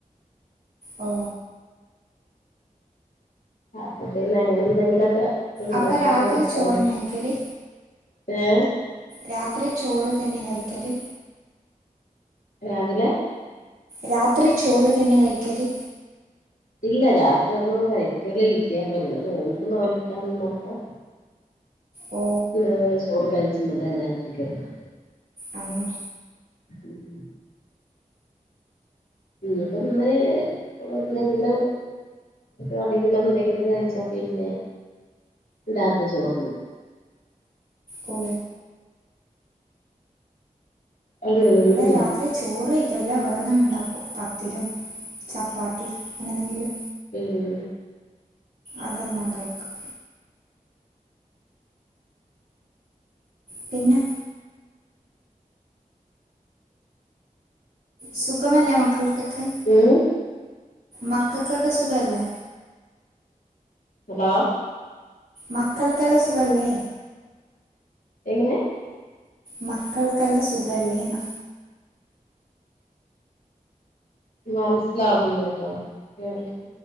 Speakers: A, on the right; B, on the left.
A: ഓ
B: അപ്പൊ പിന്നെ അങ്ങനെ എന്തെങ്കിലുംൊക്കെ ഇ ഉണ്ടാക്കിട്ട്
A: അപ്പൊ രാത്രി
B: കഴിക്കാ
A: ചോറന്നെ
B: വിചാരിച്ചു
A: കഴിക്കല്
B: ഏ
A: രാത്രി ചോറ് തന്നെ കഴിക്കല്
B: രാവിലെ
A: രാത്രി ചോറ് തന്നെ കഴിക്കല്
B: ഇല്ല രാത്രി ഒന്നും കഴിക്കല ഇല്ല അപ്പൊ ഇങ്ങനെ നോമ്പ് നോൽക്കാന്നപ്പോ
A: ഓ
B: ഇന്ന ചോറ് കഴ്ചന്നല്ലേ രാത്രിക്ക് കിടാ നത്
A: അങ്ങനെ
B: ഉം ഇനിപ്പ ഇന്ന് എന്തെങ്കില കടികൾ എന്തെങ്കിലും കഴിച്ച പിന്നെ രാത്രി ചോർതിന്നുല്ല
A: ആ
B: അങ്ങനെന്നെ
A: അവിടെ
B: നോൽക്കും
A: രാത്രി ചോറ് കഴിക്കും ചെല്ലാ വേറതങ്ങ ഉണ്ടാക്കും പത്തിലും ചപ്പാത്തി അങ്ങനെതെങ്കിലും
B: പിന്നെ
A: അതാനെ കഴിക്കും പിന്നെ സുഖമല്ലേ മക്കൾക്കൊക്കെ
B: ഉം
A: മക്കൾക്കൊക്കെ സുഖല്ലേ
B: ഹലോ
A: മക്കൾക്കെല്ല സുഖല്ലേ
B: എങ്ങനെ
A: മക്കള്ക്കല്ല സുഖമല്ലേ എന്ന
B: മനസിലാവില്ലേ കേട്ടോ കേൾക്ക